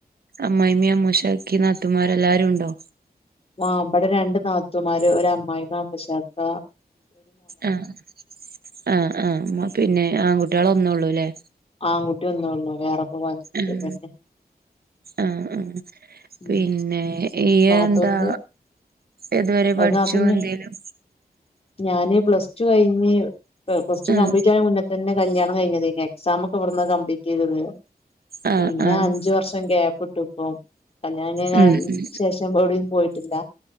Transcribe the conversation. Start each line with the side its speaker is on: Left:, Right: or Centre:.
Right: അമ്മായി്മീ അമ്മൂശാക്കി നാത്തമാർ എല്ലാരും ഉണ്ടോ
Left: മാ അമ്മടെ രണ്ട് നാത്തുമാര് ഒരമ്മായി മാ അമ്പശാക്ക
Right: ആഹ് ഹ് ആഹ് പിന്നെ ആൺകുട്ടികള ഒന്നും ഉള്ളൂല്ലേ
Left: ആൺകട്ടിയ ഒന്ന് ഉള്ളൂ വേറെ പോവാനൊന്നും
Right: ഉം
Left: തന്നെ
Right: ആഹ് ആഹ്
Left: ഉം.
Right: പിന്നെ ഏഹ്
Left: നാത്തൂന്റെ
Right: എന്താ ഏതുവരെ പഠിച്ചു
Left: ഒരു നാത്തൂന്
Right: എന്തേലും
Left: ഞാന് പ്ലസ ടു കഴിഞ് പ്ലസ ടു
Right: ആഹ്
Left: കപ്ലീറ്റ് ചെയൻ മുന്ന തന്നെ കല്യാണം കഴിഞ്ഞത് ഇ എക്സാം ഒക്കെ ഇവിന്ന് കംപ്ലീറ്റ് ചെയ്തത്
Right: ആഹ്
Left: പിന്നെ
Right: ആഹ്
Left: അഞ്ച് വർഷം ഗ്യാപ്പ് ഇട്ട് ഇപ്പ കല്യാണ
Right: ഉം ഉം
Left: ശേഷം എവിടും പോയിട്ടില്ല